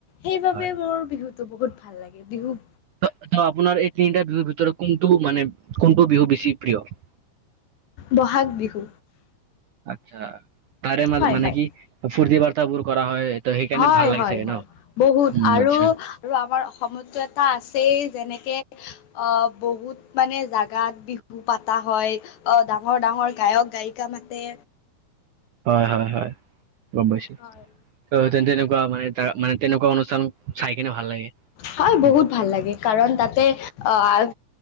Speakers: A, on the left; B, on the right.
A: সেইবাবে
B: হয়।
A: মোৰ বিহুটো বহুত ভাল লাগে। বিহু
B: ত' ত' আপোনাৰ এই তিনিটা বিহুৰ ভিতৰত কোনটো মানে কোনটো বিহু বেছি প্ৰিয়?
A: বহাগ বিহু।
B: আচ্ছা, তাৰে মাজ
A: হয়
B: মানে
A: হয়
B: কি ফূৰ্তি বাৰ্তাবোৰ কৰা হয়। ত সেইকাৰণে
A: হয়,
B: ভাল লাগে
A: হয়,
B: চাগে ন?
A: হয়, বহুত।
B: উম
A: আৰু
B: আচ্ছা।
A: আৰু আমাৰ অসমততো এটা আছেই যেনেকে অ', বহুত মানে জাগাত বিহু পাতা হয়, অ', ডাঙৰ, ডাঙৰ গায়ক গায়িকা মাতে।
B: হয়, হয়, হয়, গম পাইছোঁ।
A: হয়
B: ত' তেনেকুৱা মানে তাৰ মানে তেনেকুৱা অনুষ্ঠান চাই কিনে ভাল লাগে।
A: হয় বহুত
B: উম,
A: ভাল লাগে, কাৰণ তাতে অ',